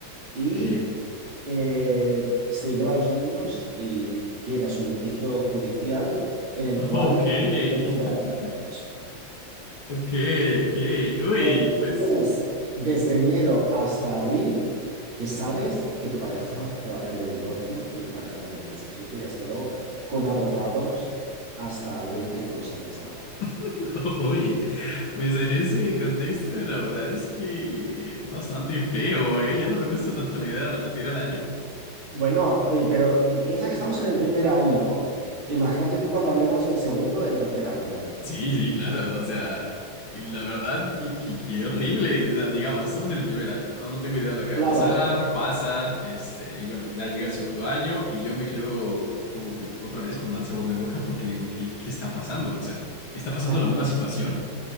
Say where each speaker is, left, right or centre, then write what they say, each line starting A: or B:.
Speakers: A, on the right; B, on the left.
A: y
B: Ok,
A: eh, se lleva a los niños y tienes un litigio judicial en el cual...
B: ok, <laughs>
A: te por los niños.
B: ok, ok. Uy,
A: Pero tú
B: pues,
A: tienes desde enero hasta abril que sabes que tu pareja te va a pedir el divorcio y tu pareja lo tenía en secreto y ha estado con abogados hasta abril que tú no sabías nada.
B: <laughs> uy, pues en ese contexto la verdad es que es bastante feo, ¿eh? Ya no me gusta tanto la idea de repetir el año.
A: Bueno, pe- pero y piensa que estamos en el primer año. Imagínate tú cuando hablemos del segundo, del tercer año.
B: Sí, sí, claro, o sea, y la verdad, que que- qué horrible, o sea, digamos, estamos en el primer año, ¿no? No tengo idea de lo que va
A: Claro,
B: a pasar, pasa, este, y bueno, ya llega el segundo año y yo me quedo como, como otra vez con mal sabor de boca porque digo, ¿qué, qué está pasando? O sea, ¿está pasando
A: claro,
B: la misma situación?